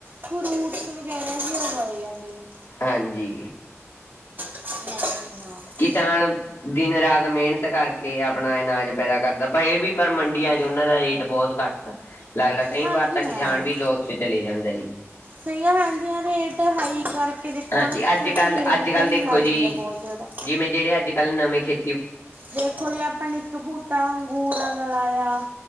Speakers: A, on the right; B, on the left.
A: ਫਰੂਟਸ ਵਗੈਰਾ ਹੀ ਉਗਾਏ ਜਾਂਦੇ ਨੇ।
B: ਹਾਂਜੀ।
A: ਹਾਂਜੀ ਹਾਂ।
B: ਕਿਸਾਨ ਦਿਨ ਰਾਤ ਮਿਹਨਤ ਕਰਕੇ ਆਪਣਾ ਅਨਾਜ ਪੈਦਾ ਕਰਦਾ ਪਰ ਇਹ ਵੀ ਪਰ ਮੰਡੀਆਂ
A: ਹਾਂ-
B: 'ਚ ਉਹਨਾਂ ਦਾ ਰੇਟ ਬਹੁਤ ਘੱਟ ਲੱਗਦਾ ਕਈ
A: ਹਾਂਜੀ
B: ਵਾਰ ਤਾਂ ਕਿਸਾਨ
A: ਹਾਂ
B: ਵੀ ਲੋਸ 'ਚ ਚਲੇ ਜਾਂਦਾ ਜੀ।
A: ਸਹੀ ਆ ਹਾਂਜੀ ਹਾਂ, ਰੇਟ ਹਾਈ ਕਰਕੇ ਦੇਖੋ
B: ਹਾਂਜੀ
A: ਹੈਨਾ
B: ਅੱਜ
A: ਕਿਉਂਕਿ
B: ਕੱਲ
A: ਮਿਹਨਤ
B: ਅੱਜ ਕੱਲ
A: ਵੀ
B: ਦੇਖੋ
A: ਲੱਗਦੀ
B: ਜੀ
A: ਆ ਬਹੁਤ ਜ਼ਿਆਦਾ।
B: ਜਿਵੇਂ ਜਿਹੜੇ ਅੱਜ ਕੱਲ੍ਹ ਨਵੇਂ ਖੇ
A: ਦੇਖੋ ਜੀ, ਆਪਾਂ ਨੇ ਇੱਕ ਬੂਟਾ ਅੰਗੂਰਾ ਦਾ ਲਾਇਆ